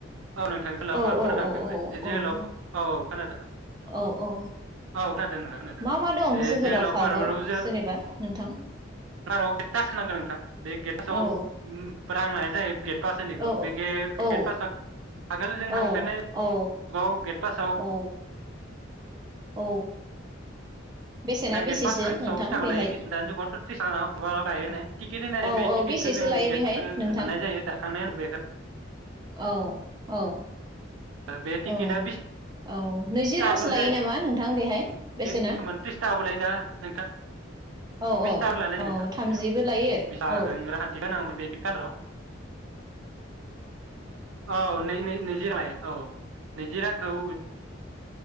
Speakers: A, on the right (about 85°); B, on the right (about 20°).
A: औ नोंथां जोहोलाव
B: औ
A: पार्कफोराव थांफेरबाय बे जोहोलाव
B: औ
A: औ औ खोनादों,
B: औ औ
A: औ खोनां नोंथां खोनादों
B: मा मा दं
A: ए जोहोलाव
B: पार्कआव
A: पार्क जो
B: जेनेबा नोंथां
A: ओ <unintelligible> तास्क होनांगौ नोंथां, ने गेद फास आव
B: औ
A: रां लानाय जायो, गेद फास होनो
B: औ
A: बिखौ
B: औ
A: <unintelligible> आगोल जों थांफेरनाय
B: औ
A: बुगाव
B: औ
A: गेदेर फास आव,
B: औ औ बेसेना
A: गेट
B: बेसेसो
A: पास एकस'
B: नोंथां
A: आसि थाखा
B: बेहाय
A: लायो <unintelligible> <unintelligible> थायोनो टिकेट होनाय
B: औ
A: जायो बेै
B: औ
A: टिकेटखौ
B: बेसेसो
A: जों
B: लायो बेहाय
A: गेटसो
B: नोंथां
A: दाननाय जायो दानखांनाय उनाव। बेखो।
B: औ औ।
A: बे टिकेटआ
B: औ
A: बिस
B: औ नैजि
A: थाखाफोर
B: रांसो लायो नामा नोंथां बेहाय? बेसेना
A: किसुमान त्रिस थाखाबोलाय दा नोंथां
B: औ
A: बिसथाबो
B: औ
A: लानायायो
B: औ
A: नोंथां
B: थामजिबो
A: बेयाव
B: लायो
A: बिस थाखाखौ
B: औ
A: राख टिकेट नौ बेकेट र' औ नै -नै- नैजि राङ औ नैजि रांखौ